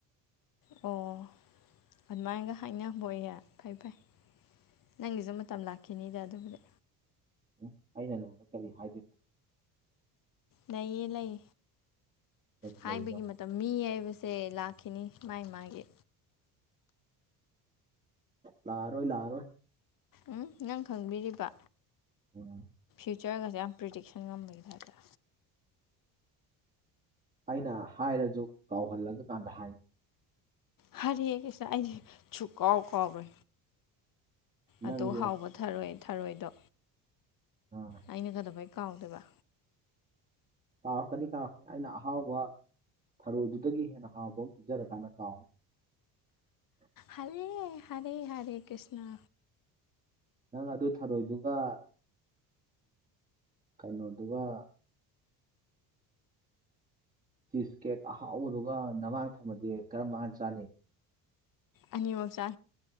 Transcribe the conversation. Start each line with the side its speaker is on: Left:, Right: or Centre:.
Left: ꯑꯣ ꯑꯗꯨꯃꯥꯏꯅꯒ ꯍꯥꯏꯅꯕꯍ ꯐꯩ ꯐꯩ ꯅꯪꯒꯤꯁꯨ ꯃꯇꯝ ꯂꯥꯛꯈꯤꯅꯤꯗ ꯑꯗꯨꯕꯨꯗꯤ
Right: ꯎ ꯑꯩꯅ ꯅꯉꯣꯟꯗ ꯀꯔꯤ ꯍꯥꯏꯗꯣꯏꯅꯣ
Left: ꯂꯩꯌꯦ ꯂꯩ
Right: ꯀꯔꯤ
Left: ꯍꯥꯏꯕꯒꯤ
Right: ꯂꯩꯔꯤꯅꯣ
Left: ꯃꯇꯝ ꯃꯤ ꯍꯥꯏꯕ ꯁꯦ ꯂꯥꯛꯈꯤꯅꯤ ꯃꯥꯥꯏ ꯃꯥꯒꯤ
Right: ꯂꯥꯔꯣ ꯂꯥꯔꯣ
Left: ꯎꯝ ꯅꯪ ꯈꯪꯕꯤꯔꯤꯕ
Right: ꯑꯣ
Left: ꯐ꯭ꯌꯨꯆꯔꯒꯁꯦ ꯌꯥꯝ ꯄ꯭ꯔꯤꯗꯤꯛꯁꯟ ꯉꯝꯕꯒꯤ ꯍꯥꯏꯔ
Right: ꯑꯩꯅ ꯍꯥꯏꯔꯁꯨ ꯀꯥꯎꯍꯜꯂꯒ ꯀꯥꯟꯗ ꯍꯥꯏꯅꯤ
Left: ꯍꯥꯔ ꯀꯁ ꯑ ꯆꯨꯀꯥꯎ ꯀꯥꯎꯕ
Right: ꯅꯪꯁꯦ
Left: ꯑꯗꯨ ꯍꯥꯎꯕ ꯊꯔꯣꯏ ꯊꯔꯣꯏꯗꯣ
Right: ꯑꯥ
Left: ꯑꯩꯅ ꯀꯗꯕꯩ ꯀꯥꯎꯗꯦꯕ
Right: ꯀꯥꯎꯔꯛꯀꯅꯤ ꯀꯥꯔꯛꯀꯅꯤ ꯑꯩꯅ ꯑꯍꯥꯎꯕ ꯊꯔꯣꯏꯗꯨꯗꯒꯤ ꯍꯦꯟꯅ ꯍꯥꯎꯕ ꯑꯃ ꯄꯤꯖꯔꯀꯥꯟꯗ ꯀꯥꯎꯅꯤ
Left: ꯍꯔꯦ ꯍꯔꯦ ꯍꯔꯦ ꯀ꯭ꯁꯅ
Right: ꯅꯪ ꯑꯗꯨ ꯊꯔꯣꯏꯗꯨꯒ ꯀꯩꯅꯣꯗꯨꯒ ꯆꯤꯁ ꯀꯦꯛ ꯑꯍꯥꯎꯕꯗꯨꯒ ꯅꯃꯥꯡ ꯊꯝꯃꯗꯤ ꯀꯔ ꯃꯥꯟ ꯆꯥꯅꯤ
Left: ꯑꯅꯤꯃꯛꯆꯥ